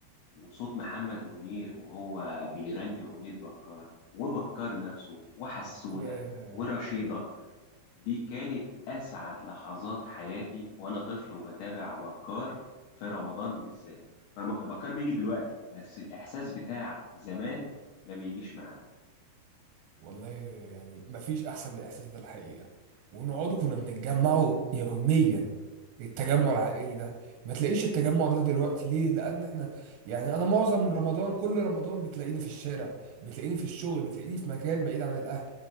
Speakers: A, on the left; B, on the right.
A: وصوت محمد منير وهو بيغني أغنية بكار وبكار نفسه وحسونة
B: ياه
A: ورشيدة
B: ياه.
A: دي كانت أسعد لحظات حياتي وأنا طفل وبتابع بكار في رمضان بالذات رم... بكار بيجي دلوقتي بس الإحساس بتاع زمان ما بيجيش معاه
B: والله يعني مفيش احسن من الاحساس ده الحقيقه ونقعدوا كنا بنتجمعوا يوميا التجمع العائلي ده ما تلاقيش التجمع ده دلوقتي ليه لان احنا يعني انا معظم رمضان كل رمضان بتلاقيني في الشارع بتلاقيني في الشغل بتلاقيني في مكان بعيد عن الاهل